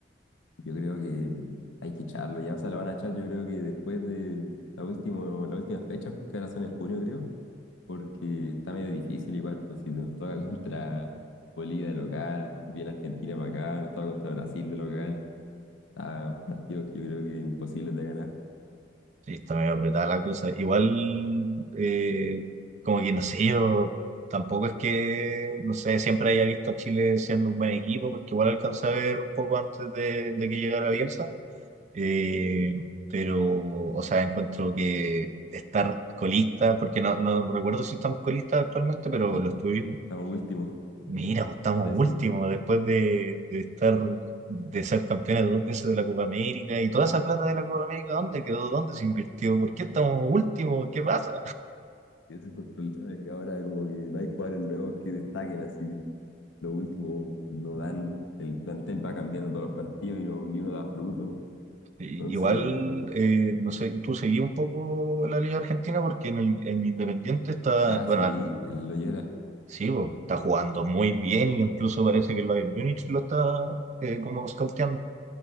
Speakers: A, on the left; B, on the right.
A: Yo creo que hay que echarlo, ya, o sea, lo van a echar yo creo que después de la última, la última fecha, porque ahora son en junio, creo. porque está medio difícil igual, pues si nos toca <laughs> contra Bolivia de local, viene Argentina para acá, nos toca contra Brasil de local, a partidos que yo creo que imposibles de ganar. <laughs>
B: Sí, está medio apretada la cosa. Igual, eh, como que no sé, yo tampoco es que, no sé, siempre haya visto a Chile siendo un buen equipo, porque igual alcancé a ver un poco antes de, de que llegara Bielsa. Eh, pero, o sea, encuentro que estar colista, porque no, no recuerdo si estamos colistas actualmente, pero
A: Sí,
B: lo estuvimos.
A: Estamos últimos,
B: Mira, pues estamos
A: décimos.
B: últimos después de, de estar, de ser campeones dos veces de la Copa América y toda esa plata de la Copa América, ¿dónde quedó? ¿Dónde se invirtió? ¿Por qué estamos últimos? ¿Qué pasa?
A: Y Ese fue el problema, que ahora como que no hay jugadores nuevos que destaquen así. Los últimos no dan, el plantel va cambiando todos los partidos y no, ni uno da fruto.
B: Y-
A: Entonces,
B: Igual, eh, no sé, tú seguí un poco la Liga Argentina porque en, el, en Independiente está,
A: ah,
B: bueno,
A: sí vi, el Loyola,
B: Sí, bo, está jugando muy bien y incluso parece que el Bayern Múnich lo está eh, como scouteando.